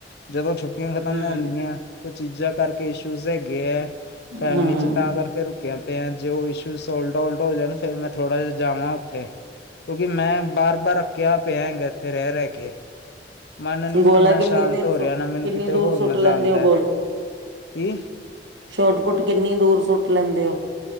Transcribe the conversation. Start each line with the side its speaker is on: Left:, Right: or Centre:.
Left: ਜਦੋਂ ਛੁੱ ਰੁਕੀਆਂ ਖ਼ਤਮ
Right: ਹੂੰ।
Left: ਹੋਣਗੀਆਂ ਕੁਛ ਚੀਜ਼ਾਂ ਕਰਕੇ ਇਸ਼ੂਜ ਹੈਗੇ ਹੈ ਫੈਮਿਲੀ
Right: ਹੂੰ,
Left: ਚ ਤਾਂ ਕਰਕੇ ਕ ਪ ਜੇ ਉਹ ਇਸ਼ੂ ਸੋਲ ਹੋ ਜਾਣ ਫੇਿਰ ਮੈਂ ਥੋੜਾ ਜਿਹਾ ਜਾਵਾਂ ਉੱਥੇ ਕਿਉਕਿ ਮੈਂ ਬਾਰ- ਬਾਰ ਅਕਿਆ ਪਿਆਗਾ ਇਥੇ ਰਹਿ- ਰਹਿ ਕੇ ਮਨ ਨ
Right: ਗੋਲਾ
Left: ਓਨਾ
Right: ਕਿੰਨੀ
Left: ਸ਼ਾਤ
Right: ਦੇਰ
Left: ਹੋ
Right: ਸੁ
Left: ਰਿਹਾ ਨਾ ਮੈਨੂੰ
Right: ਕਿੰਨੀ
Left: ਕਿਤੇ
Right: ਦੂਰ
Left: ਹੋਰ
Right: ਸੁੱਟ
Left: ਮਜ਼ਾ
Right: ਲੈਂਦੇ
Left: ਆਉਦਾ
Right: ਹੋ
Left: ਹੈ। ਕੀ
Right: ਛੋਟ ਫੁਟ ਕਿਨੀ ਦੂਰ ਸੁਟ ਲੈਦੇ ਹੋ।